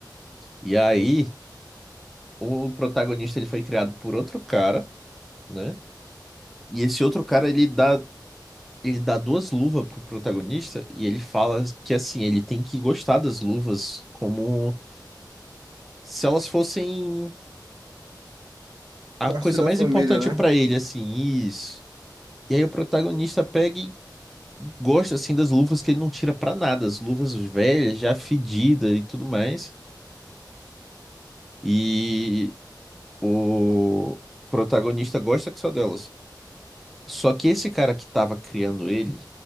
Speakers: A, in the centre; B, on the right (about 65°).
A: E aí, o protagonista ele foi criado por outro cara, né? E esse outro cara ele dá, ele dá duas luvas pro protagonista e ele fala que assim, ele tem que gostar das luvas como se elas fossem a
B: Parte
A: coisa
B: da
A: mais
B: família,
A: importante
B: né?
A: pra ele, assim, isso. E aí o protagonista pega e gosto assim das luvas que ele não tira pra nada, as luvas velhas, já fedidas e tudo mais. E o protagonista gosta que só delas. Só que esse cara que tava criando ele